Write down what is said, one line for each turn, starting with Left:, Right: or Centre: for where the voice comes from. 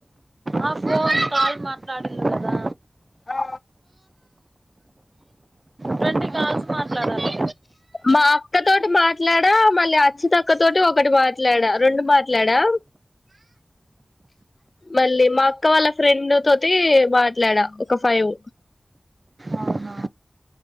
Right: ఆ ఫోన్ కాల్ మాట్లాడింది కదా
Left: ఆ
Right: ట్వంటీ కాల్స్ మాట్లాడాలి
Left: మా అక్కతోటి మాట్లాడా మళ్ళీ అచ్చితక్కతోటి ఒకటి మాట్లాడా రెండు మాట్లాడా మళ్ళీ మా అక్క వాళ్ళ ఫ్రెండ్ తోటి మాట్లాడా ఒక ఫైవ్
Right: అవునా